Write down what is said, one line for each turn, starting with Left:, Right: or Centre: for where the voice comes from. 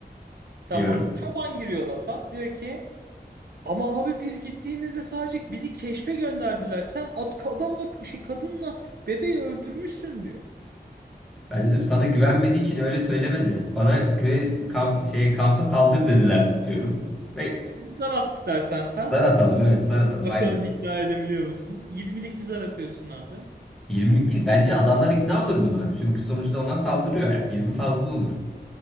Right: Tamam.
Centre: diyorum.
Right: Çoban giriyor lafa. Diyor ki Ama abi biz gittiğimizde sadece bizi keşfe gönderdiler. Sen ad- adamla şey kadınla bebeği öldürmüşsün diyor.
Centre: Ben dedim sana güvenmediği için öyle söylemedi. Bana köy kamp şey kampa saldır dediler diyorum. Ve
Right: Tamam, Bir zar at istersen sen.
Centre: zar atalım evet zar atalım
Right: Bakalım
Centre: aynen.
Right: ikna edebiliyor musun? 20'lik bir zar atıyorsun abi.
Centre: 20'lik değil bence adamlar ikna olur buna. Çünkü sonuçta onlar saldırıyor yani 20 fazla olur.